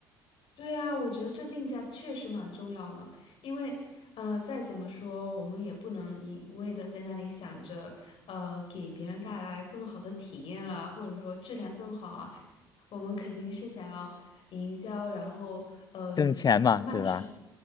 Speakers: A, on the left (about 60°); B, on the left (about 40°).
A: 对啊，我觉得这定价确实蛮重要的，因为，呃，再怎么说，我们也不能一味的在那里想着，呃，给别人带来更好的体验啊，或者说质量更好啊，我们肯定是想要营销，然后，嗯、
B: 挣钱嘛，
A: 卖出
B: 对吧？